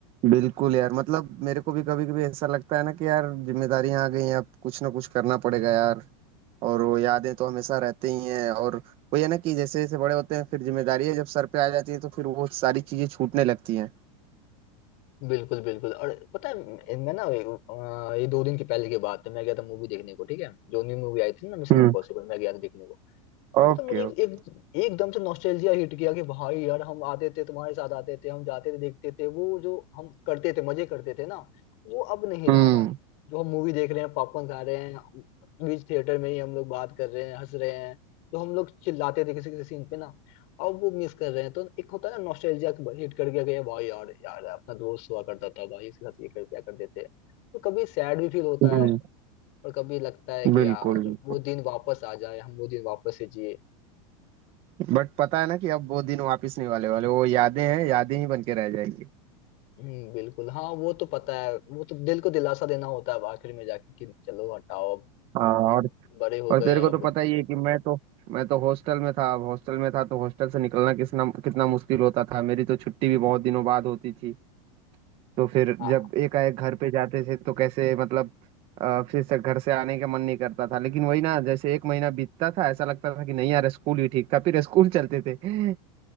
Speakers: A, on the right (about 30°); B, on the left (about 40°).
A: बिल्कुल यार मतलब मेरे को भी कभी कभी ऐसा लगता है ना कि यार जिम्मेदारियां आ गई हैं अब कुछ ना कुछ करना पड़ेगा यार और वो यादें तो हमेशा रहती ही हैं और वो ये ना कि जैसे जैसे बड़े होते हैं फिर जिम्मेदारियां जब सर पे आ जाती है तो फिर वो सारी चीजें छूटने लगती हैं
B: बिल्कुल बिल्कुल और पता है मैं ना अ, ये दो दिन के पहले की बात है मैं गया था मूवी देखने को ठीक है जो न्यू मूवी आई थी ना मिशन
A: हम्म
B: इम्पॉसिबल मैं गया था देखने को तो
A: Okay
B: पता है मुझे एक,
A: okay
B: एक एकदम से नॉस्टैल्जिया हिट किया कि भाई यार हम आते थे तुम्हारे साथ आते थे हम जाते थे देखते थे वो जो हम करते थे मजे करते थे ना वो अब नहीं
A: हम्म
B: रहा भाई जो हम मूवी देख रहे हैं पॉपकॉर्न खा रहे हैं बीच थिएटर में ही हम लोग बात कर रहे हैं हंस रहे हैं तो हम लोग चिल्लाते थे किसी किसी सीन पे ना अब वो मिस कर रहे हैं तो एक होता है ना नॉस्टैल्जिया हिट कर गया कि यार भाई यार यार अपना दोस्त हुआ करता था भाई इसके साथ ये कर क्या कर देते हैं तो कभी सैड भी फील होता
A: हम्म,
B: है और कभी लगता है कि
A: बिल्कुल
B: यार
A: बिल्कुल
B: वो दिन वापस आ जाए हम वो दिन वापस से जिए
A: बट पता है ना कि अब वो दिन वापस नहीं वाले वाले वो यादें हैं यादें ही बन के रह जाएंगी
B: हम्म, बिल्कुल हाँ वो तो पता है वो तो दिल को दिलासा देना होता है अब आखिर में जाके कि चलो हटाओ अब
A: हाँ,
B: अब
A: और
B: बड़े हो
A: और
B: गए
A: तेरे
B: हैं
A: को
B: अब
A: तो पता ही है कि मैं तो मैं तो हॉस्टल में था अब हॉस्टल में था तो हॉस्टल से निकलना कितना कितना मुश्किल होता था मेरी तो छुट्टी भी बहुत दिनों बाद होती थी तो फिर
B: हाँ
A: जब एकाएक घर पे जाते थे तो कैसे मतलब अ, फिर से घर से आने का मन नहीं करता था लेकिन वही ना जैसे एक महीना बीतता था ऐसा लगता था कि नहीं यार स्कूल ही ठीक था फिर स्कूल चलते थे <laughs>